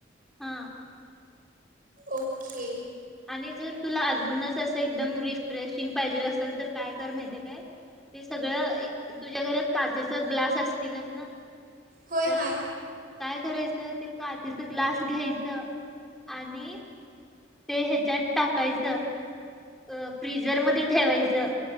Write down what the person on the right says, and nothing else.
ओके!
होय
हाय